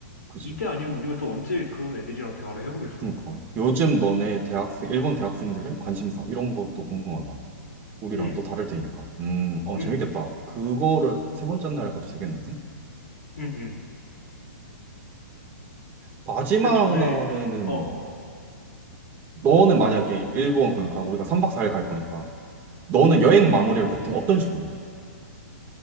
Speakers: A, on the right; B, on the left.
A: 그지.
B: 이때 아니면 우리가 또 언제 그런 애들이랑 대화를 해보겠어.
A: 그니까. 요즘 너네 대학생, 일본 대학생들의 관심사, 이런 것도 궁금하다. 우리랑
B: 응,
A: 또 다를 테니까. 음, 어,
B: 응,
A: 재밌겠다. 그거를 세 번째 날에 가도 되겠는데?
B: 응, 응.
A: 마지막
B: 근데 전에
A: 날에는
B: 어, 어, 어.
A: 너는 만약에 일본 그러니까 우리가 3박 4일 갈 거니까 너는 여행 마무리를 보통 어떤 식으로 해?